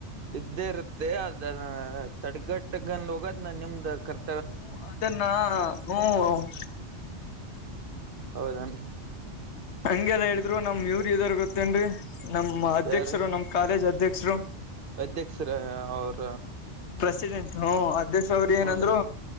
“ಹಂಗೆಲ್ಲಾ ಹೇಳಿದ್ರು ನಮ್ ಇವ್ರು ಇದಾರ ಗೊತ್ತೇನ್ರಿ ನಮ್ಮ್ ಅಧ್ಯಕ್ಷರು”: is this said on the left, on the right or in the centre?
Left